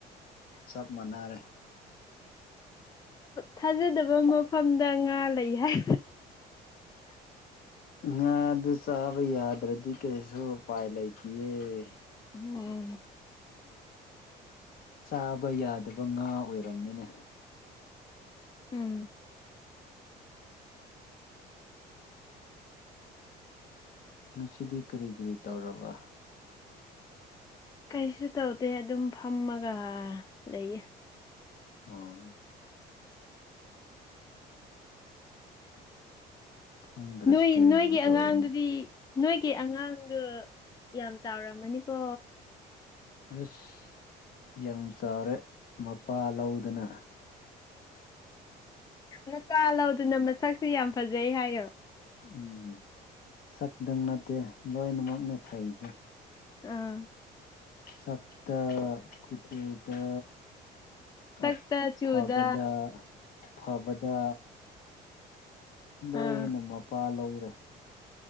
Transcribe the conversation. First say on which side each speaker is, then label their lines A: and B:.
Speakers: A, on the left; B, on the left.
A: ꯆꯕ ꯃꯅꯥꯔꯦ
B: ꯊꯥꯖꯗꯕ ꯃꯐꯝꯗ ꯉꯥ ꯂꯩ ꯍꯥꯏ
A: ꯉꯥ ꯑꯗꯨ ꯆꯥꯕ ꯌꯥꯗ꯭ꯔꯗꯤ ꯀꯔꯤꯁꯨ ꯎꯄꯥꯏ ꯂꯩꯇꯦꯦ
B: ꯑꯣꯝ
A: ꯆꯥꯕ ꯌꯥꯗꯕ ꯉꯥ ꯑꯣꯏꯔꯝꯃꯤꯅꯦ
B: ꯎꯝ
A: ꯉꯁꯤꯗꯤ ꯀꯔꯤ ꯀꯔꯤ ꯇꯧꯔꯕ
B: ꯀꯩꯁꯨ ꯇꯧꯗꯦ ꯑꯗꯨꯝ ꯐꯝꯃꯒ ꯂꯩꯌꯦ
A: ꯑꯥ ꯈꯪꯗ꯭ꯔꯦ
B: ꯅꯣꯏ
A: ꯀꯔꯤꯕꯨ
B: ꯅꯣꯏꯒꯤ
A: ꯇꯧꯔꯅꯤ
B: ꯑꯉꯥꯡꯗꯨꯗꯤ ꯅꯣꯏꯒꯤ ꯑꯉꯥꯡ ꯑꯗꯨ ꯌꯥꯝ ꯆꯥꯎꯔꯝꯃꯅꯤꯀꯣ
A: ꯑꯁ ꯌꯥꯝ ꯆꯥꯎꯔꯦ ꯃꯄꯥ ꯂꯧꯗꯅ
B: ꯃꯀꯥ ꯂꯧꯗꯨꯅ ꯃꯁꯛꯁꯨ ꯌꯥꯝ ꯐꯖꯩ ꯍꯥꯏꯌꯣ
A: ꯎꯝ ꯁꯛꯛꯇꯪ ꯅꯠꯇꯦ ꯂꯣꯏꯅꯃꯛꯅꯦ ꯐꯩꯁꯦ
B: ꯑꯥ
A: ꯁꯞꯇ ꯄꯨꯊꯗ
B: ꯁꯛꯇ
A: ꯑꯐꯕꯗ
B: ꯆꯨꯗ
A: ꯐꯕꯗ ꯂꯣꯏꯅ
B: ꯑꯥ
A: ꯃꯄꯥ ꯂꯧꯔꯦ